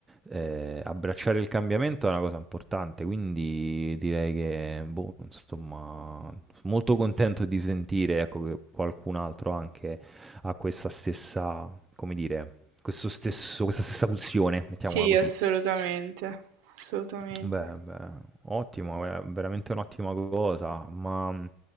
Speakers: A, on the right; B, on the right.
A: eh, abbracciare il cambiamento è una cosa importante, quindi direi che, boh, insomma, molto contento di sentire, ecco, che qualcun altro anche ha questa stessa, come dire, questo stesso, questa stessa pulsione, mettiamola
B: Sì,
A: così.
B: assolutamente, assolutamente.
A: Beh, beh, ottimo, è veramente un'ottima cosa, ma mh,